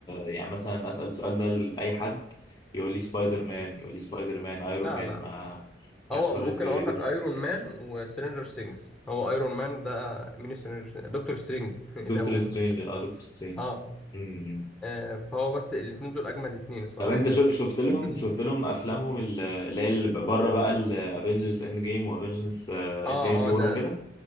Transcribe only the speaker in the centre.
لا
لا
هو
ممكن
اقول
لك ايرون
مان وسترينجر سينجز هو ايرون مان ده مين سترينجر دكتور سترينج <laughs> ايه اللي
أنا بقوله
ده
اه
آه، فهو بس الاثنين دول اجمد اثنين الصراحه
يعني
<laughs>
<clears throat>
اه
اه ده